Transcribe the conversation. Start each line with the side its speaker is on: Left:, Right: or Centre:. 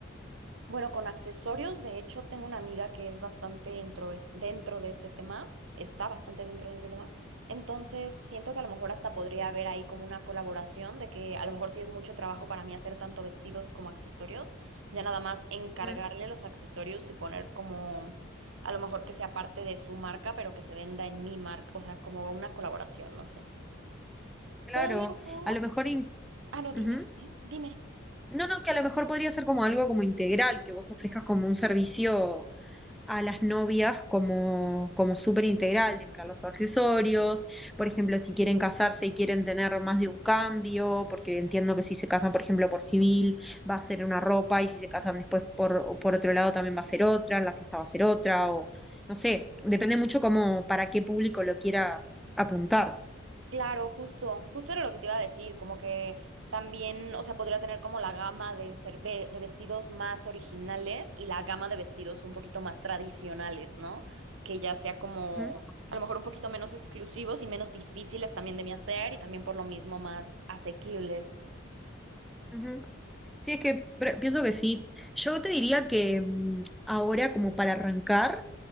Right: Bueno, con accesorios, de hecho, tengo una amiga que es bastante dentro, es dentro de ese tema, está bastante dentro de ese tema. Entonces, siento que a lo mejor hasta podría haber ahí como una colaboración de que a lo mejor sí es mucho trabajo para mí hacer tanto vestidos como accesorios, ya nada más encargarle
Centre: Mm,
Right: los accesorios y poner como a lo mejor que sea parte de su marca, pero que se venda en mi marca, o sea, como una colaboración, no sé.
Centre: Claro,
Right: Pero,
Centre: a lo mejor... in-
Right: ah, no, dime,
Centre: ujú.
Right: dime, dime.
Centre: No, no, que a lo mejor podría ser como algo como integral, que vos ofrezcas como un servicio a las novias como, como súper integral, de en plan los accesorios, por ejemplo, si quieren casarse y quieren tener más de un cambio, porque entiendo que si se casan, por ejemplo, por civil, va a ser una ropa, y si se casan después por, o por otro lado también va a ser otra, en la fiesta va a ser otra, o no sé, depende mucho como para qué público lo quieras apuntar.
Right: Claro, justo, justo era lo que te iba a decir, como que también, o sea, podría tener como la gama de ser, ve- de vestidos más originales y la gama de vestidos un poquito más tradicionales, ¿no? Que ya sea como
Centre: ¿Mm?
Right: a lo mejor un poquito menos exclusivos y menos difíciles también de mi hacer y también por lo mismo más asequibles.
Centre: Ujú. Sí, es que pre- pienso que sí. Yo te diría que mm, ahora, como para arrancar,